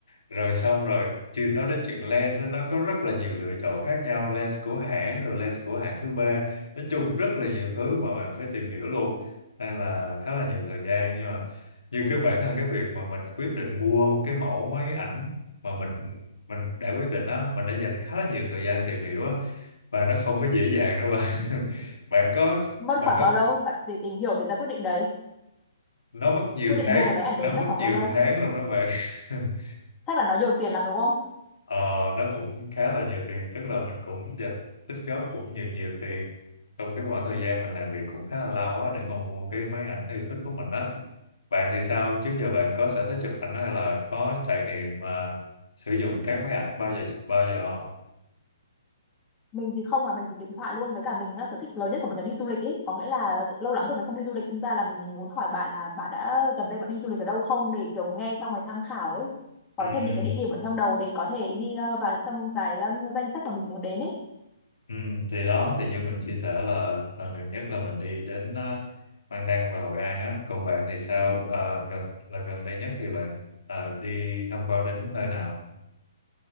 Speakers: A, on the left; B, on the left.
A: rồi xong rồi chưa nói đến chuyện lens á, nó có rất là nhiều lựa chọn khác nhau lens của hãng rồi lens của hãng thứ ba nói chung rất là nhiều thứ mà bạn phải tìm hiểu luôn nên là khá là nhiều thời gian nhưng mà như cái bản thân cái việc mà mình quyết định mua cái mẫu máy ảnh mà mình mình đã quyết định á mình đã dành khá là nhiều thời gian tìm hiểu á và nó không có dễ dàng đâu bạn <laughs> bạn có
B: Mất
A: bạn
B: khoảng
A: có
B: bao lâu bạn để tìm hiểu để ra quyết định đấy?
A: nó mất nhiều
B: quyết định
A: tháng
B: mua cái máy ảnh
A: nó
B: đấy mất
A: mất
B: khoảng bao
A: nhiều
B: lâu
A: tháng luôn đó bạn <laughs>
B: chắc là nó nhiều tiền lắm đúng không
A: Ờ, nó cũng khá là nhiều tiền tức là mình cũng dành tích góp cũng nhiều nhiều tiền trong cái khoảng thời gian mình làm việc cũng khá là lâu á để mà mua cái máy ảnh yêu thích của mình á bạn thì sao trước giờ bạn có sở thích chụp ảnh hay là có trải nghiệm mà sử dụng các máy ảnh bao giờ bao giờ không
B: mình thì không mà mình dùng điện thoại luôn với cả mình á, sở thích lớn nhất của mình là đi du lịch ấy có nghĩa là lâu lắm rồi mình không đi du lịch nên ra là mình muốn hỏi bạn là bạn đã gần đây bạn đi du lịch ở đâu không để kiểu nghe xong rồi tham khảo ấy có
A: Ừm,
B: thêm những cái địa điểm ở trong đầu để có thể đi ờ, vào trong cái ừm, danh sách mà mình muốn đến ấy
A: ừm, thì đó thì như mình chia sẻ là lần gần nhất là mình đi đến uh, Mang Đăng và Hội An á còn bạn thì sao Ờ, gần là gần đây nhất thì bạn ờ, đi tham quan đến nơi nào